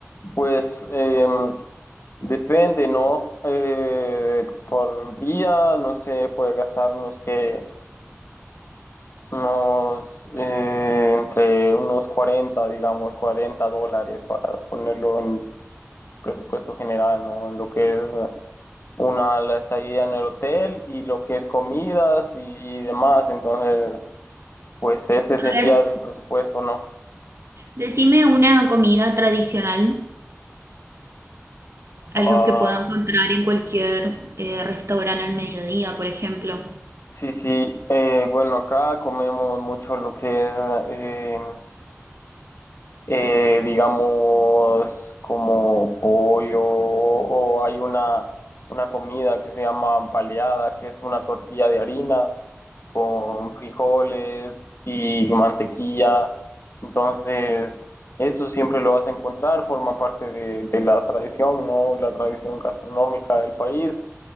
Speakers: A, on the left; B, on the right.
A: pues em, depende, ¿no? Eh, por día, no sé, puede gastar unos que, unos, eh, entre unos 40 digamos, 40 dólares para ponerlo en presupuesto general, ¿no? En lo que es una, la estadía en el hotel y lo que es comidas y, y demás. Entonces, pues ese sería
B: ver,
A: del presupuesto, ¿no?
B: decime una comida tradicional,
A: Ah,
B: algo que pueda encontrar en cualquier eh, restaurante al mediodía, por ejemplo.
A: sí, sí. eh, bueno, acá comemos mucho lo que es eh, eh, digamos, como pollo, o hay una, una comida que se llama paleada, que es una tortilla de harina con frijoles y mantequilla. Entonces, eso siempre lo vas a encontrar, forma parte de, de la tradición, ¿no? La tradición gastronómica del país.